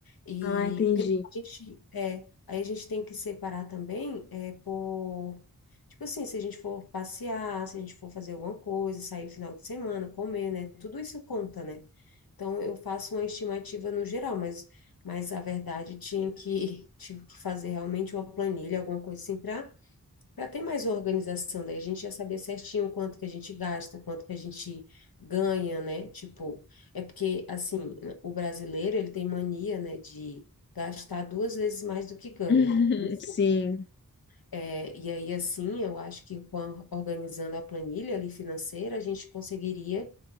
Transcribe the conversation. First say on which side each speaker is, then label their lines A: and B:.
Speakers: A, on the left (about 80°); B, on the left (about 35°).
A: E
B: Ah, entendi.
A: porque a gente, é, aí a gente tem que separar também, é, por Tipo assim, se a gente for passear, se a gente for fazer alguma coisa, sair final de semana, comer, né? Tudo isso conta, né? Então, eu faço uma estimativa no geral, mas, mas a verdade tinha que, <laughs> tive que fazer realmente uma planilha, alguma coisa assim, para para ter mais organização. Daí a gente ia saber certinho quanto que a gente gasta, quanto que a gente ganha, né? Tipo, é porque, assim, o brasileiro, ele tem mania, né, de gastar duas vezes mais do que ganha.
B: <laughs>
A: Enfim.
B: Sim,
A: É, e aí, assim, eu acho que com a- organizando a planilha ali financeira, a gente conseguiria